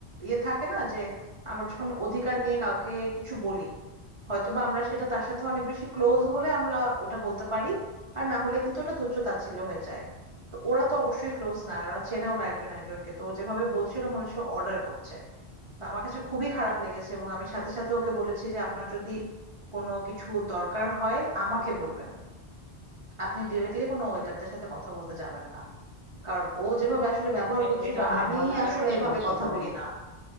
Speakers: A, on the right; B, on the left.
A: ইয়ে থাকে না যে আমরা যখন অধিকার নিয়ে কাউকে কিছু বলি হয়তোবা আমরা সেটা তার সাথে অনেক বেশি ক্লোজ হলে আমরা ওটা বলতে পারি আর না হলে কিন্তু ওটা তুচ্ছ তাচ্ছিল্য হয়ে যায় তো ওরা তো অবশ্যই ক্লোজ না ওরা চেনেও না একজন একজনকে তো ও যেভাবে বলছিল মনে হচ্ছে অর্ডার করছে তো আমার কাছে খুবই খারাপ লেগেছে এবং আমি সাথে সাথে ওকে বলেছি যে আপনার যদি কোনো কিছু দরকার হয় আমাকে বলবেন আপনি ডিরেক্টলি কোনো ওয়েটারদের সাথে কথা বলতে যাবেন না কারণ ও যেভাবে আসলে ব্যবহার
B: এ-
A: করছিল
B: এটা অনেক
A: আমি
B: ভালো একটা
A: আসলে
B: কাজ
A: এভাবে
B: করেছে
A: কথা
B: তুমি
A: বলি না